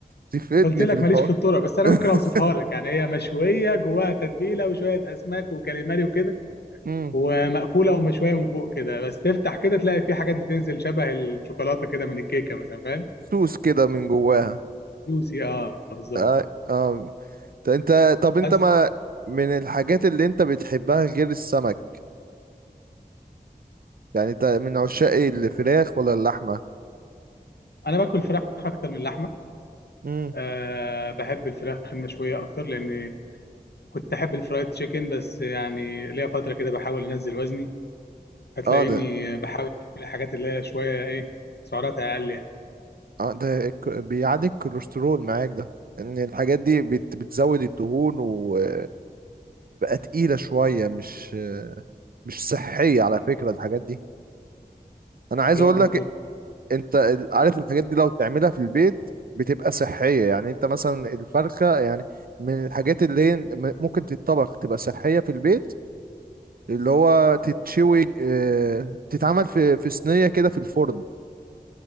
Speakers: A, on the right; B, on the left.
A: تفيدني
B: قلت لك
A: في الحوار
B: ماليش في الطرق بس انا
A: <laughs>
B: ممكن اوصفها لك يعني هي مشوية جواها تتبيلة وشوية اسماك وكاليماري وكده
A: امم
B: ومأكولة ومشوية من فوق كده بس تفتح كده تلاقي في حاجات بتنزل شبه الشوكولاتة كده من الكيكة مثلا فاهم
A: سوس كده من جواها
B: جوسي اه بالظبط
A: آه. آه. ط- أنت طب أنت
B: بس
A: ما من الحاجات اللي أنت بتحبها غير السمك يعني أنت من عشاق الفراخ ولا اللحمة؟
B: انا باكل فراخ اكتر من اللحمة
A: امم
B: أه بحب الفراخ المشوية اكتر لان كنت احب الفرايد تشيكن بس يعني ليا فتره كده بحاول انزل وزني هتلاقيني
A: اه ده
B: بحاول اكل الحاجات اللي هي شويه ايه سعراتها اقل يعني
A: اه ده الك- بيعلي الكوليسترول معاك ده ان الحاجات دي بت بتزود الدهون وبتبقى تقيلة شوية مش مش صحية على فكرة الحاجات دي انا
B: آه،
A: عايز
B: كلامك
A: اقول
B: مظبوط
A: لك انت ال- عارف الحاجات دي لو تعملها في البيت بتبقى صحية يعني انت مثلا الفرخة يعني من الحاجات اللي هي م- ممكن تتطبخ تبقى صحية في البيت اللي هو تتشوي آه، تتعمل في في صينية كده في الفرن